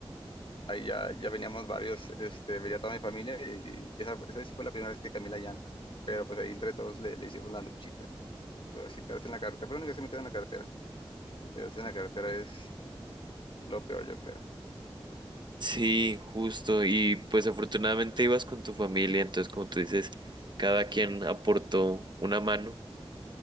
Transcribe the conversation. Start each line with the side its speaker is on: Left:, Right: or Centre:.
Left: ahí ya, ya veníamos varios, este, venía toda mi familia y esa, esa vez sí fue la primera vez que cambié la llanta, pero pues ahí entre todos le, le hicimos la luchita, pero así quedarse en la carretera, pero lo único que se me queda en la carretera, quedarse en la carretera es lo peor yo creo,
Right: Sí, justo. Y pues afortunadamente ibas con tu familia, entonces como tú dices, cada quien aportó una mano.